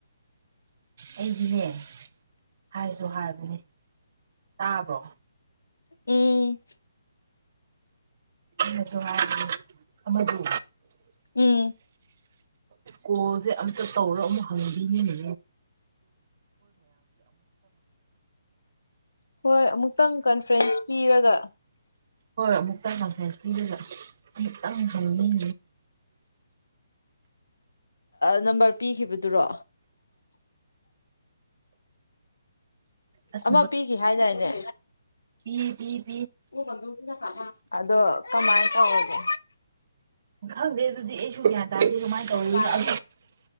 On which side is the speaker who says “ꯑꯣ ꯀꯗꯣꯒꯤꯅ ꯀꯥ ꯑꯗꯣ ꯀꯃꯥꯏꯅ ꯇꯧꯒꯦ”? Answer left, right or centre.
Left